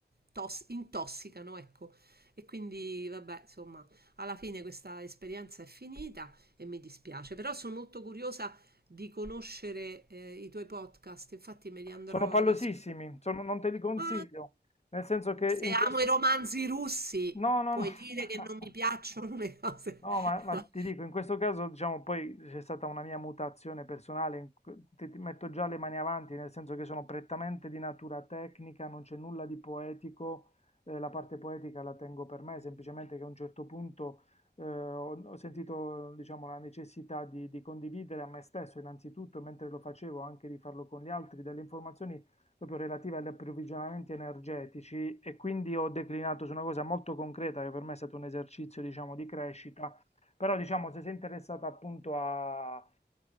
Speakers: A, on the right; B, on the left.
A: tos- intossicano, ecco. E quindi, vabbè, insomma, alla fine questa esperienza è finita e mi dispiace, però sono molto curiosa di conoscere eh, i tuoi podcast, infatti me li andrò
B: Sono pallosissimi,
A: ad ascoltare.
B: sono- non te li consiglio,
A: Ma
B: nel senso che
A: se
B: in
A: amo
B: questo...
A: i romanzi russi,
B: No, no,
A: puoi
B: no. <laughs>
A: dire che non mi piacciono le cose.
B: No,
A: <laughs>
B: ma, ma ti dico, in questo caso, diciamo, poi c'è stata una mia mutazione personale, in cui- ti, ti metto già le mani avanti, nel senso che sono prettamente di natura tecnica, non c'è nulla di poetico, eh, la parte poetica la tengo per me, semplicemente che a un certo punto eh, ho, ho sentito, diciamo, la necessità di, di condividere a me stesso, innanzitutto, e mentre lo facevo, anche di farlo con gli altri, delle informazioni proprio relative agli approvvigionamenti energetici e quindi ho declinato su una cosa molto concreta che per me è stato un esercizio, diciamo, di crescita però diciamo se sei interessato appunto a...